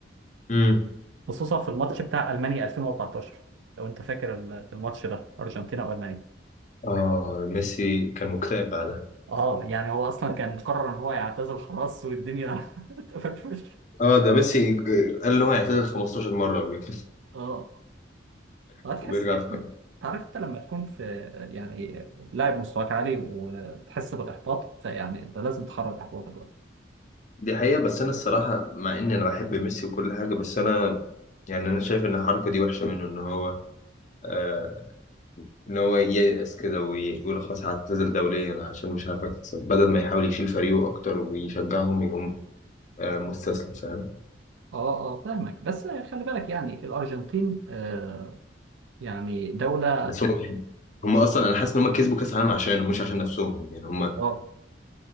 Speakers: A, on the left (about 40°); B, on the right (about 75°).
A: أمم.
B: خصوصا في الماتش بتاع المانيا 2014 لو انت فاكر ال- الماتش ده ارجنتينا والمانيا
A: اه ميسي كان مكتئب بعدها
B: اه يعني هو اصلا كان مقرر ان هو يعتزل خلاص والدنيا <laughs> اتقفلت في وشه
A: اه ده ميسي ج- قال ان هو يعتزل 15 مرة قبل كده
B: اه
A: <laughs>
B: هتحس
A: وبيرجع
B: كده
A: في كلامه
B: انت عارف انت لما تكون في يعني لاعب مستواك عالي وتحس بالاحباط فيعني انت لازم تخرج احباطك بقى
A: دي حقيقة بس انا الصراحة مع ان انا بحب ميسي وكل حاجة بس انا يعني انا شايف ان الحركة دي وحشة منه ان هو آه ان هو ييأس كده ويقول خلاص هعتزل دوليا عشان مش عارف اكسب بدل ما يحاول يشيل فريقه اكتر ويشجعهم يقوم آه مستسلم فاهم
B: اه اه فاهمك بس خلي بالك يعني الارجنتين آه يعني دوله
A: بس هم <laughs> هم اصلا انا حاسس ان هم كسبوا كاس العالم عشانه مش عشان نفسهم يعني هم
B: اه